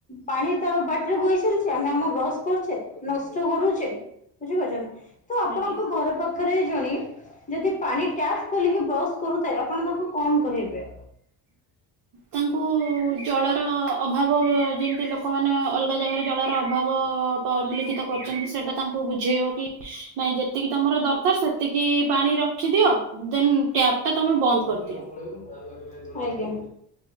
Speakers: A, on the left; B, on the right.
A: ପାଣି ତାର ବାଟରେ ବୋହି ଚାଲିଛି, ଆମେ ଆମ ବ୍ରସ୍ କରୁଛେ ନଷ୍ଟ କରୁଛେ, ବୁଝିପାରୁଛନ୍ତି ନା? ତ ଆପଣଙ୍କ
B: ଆଜ୍ଞା
A: ଘର ପାଖରେ ଜଣେ ଯଦି ପାଣି ଟ୍ୟାପ୍ ଖୋଲିକି ବ୍ରସ୍ କରୁଥାଏ, ଆପଣ ତାଙ୍କୁ କଣ କହିବେ?
B: ତାଙ୍କୁ ଜଳର ଅଭାବ, ଯେମତି ଲୋକମାନେ ଅଲଗା ଜାଗାରେ ଜଳର ଅଭାବ ପରିଲିଖିତ କରିଛନ୍ତି ସେଟା ତାଙ୍କୁ ବୁଝେଇବ କି, ନାଇଁ ଯେତିକି ତମର ଦରକାର ସେତିକି ପାଣି ର ରଖିଦିଅ, ଦେନ୍ ଟ୍ୟାପ୍ ଟା ତମେ ବନ୍ଦ
A: ବଲୁ
B: କରିଦିଅ।
A: କ <unintelligible> ଆଜ୍ଞା।